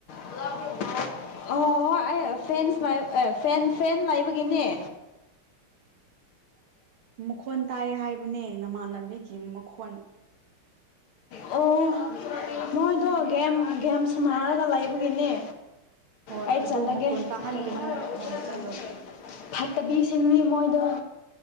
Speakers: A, on the left; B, on the right.
A: <unintelligible> ꯑꯣ ꯑꯣ ꯍꯣꯏ ꯑꯩ ꯐꯦꯟꯁ ꯂꯩ ꯐꯦꯟ ꯐꯦꯟ ꯂꯩꯕꯒꯤꯅꯦ
B: ꯃꯈꯣꯟ ꯇꯥꯏ ꯍꯥꯏꯕꯅꯦ ꯅꯃꯥꯟꯅꯕꯤꯒꯤ ꯃꯈꯣꯟ
A: ꯑꯣ <unintelligible> ꯃꯣꯏꯗꯣ ꯒꯦꯝ ꯒꯦꯝ ꯁꯥꯟꯅꯔꯒ ꯂꯩꯕꯒꯤꯅꯦ
B: ꯍꯣꯏ
A: ꯑꯩ
B: ꯑꯗꯣ
A: ꯆꯠꯂꯒꯦ
B: ꯃꯈꯣꯟ ꯇꯥꯍꯟꯒꯅꯨ
A: <unintelligible>
B: ꯍꯣꯏ ꯆꯠꯂꯣ
A: ꯐꯠꯇꯕꯤꯁꯤꯡꯅꯤ ꯃꯣꯏꯗꯣ